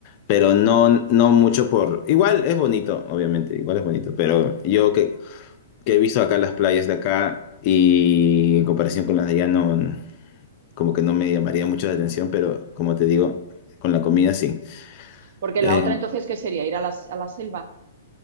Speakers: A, on the left; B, on the right.
A: Pero no, no mucho por... Igual es bonito, obviamente, igual es bonito, pero yo que que he visto acá las playas de acá y en comparación con las de allá no, como que no me llamaría mucho la
B: ya.
A: atención, pero como te digo, con la comida sí.
B: Porque
A: Eh,
B: la otra entonces, ¿qué sería? ¿Ir a la, a la selva?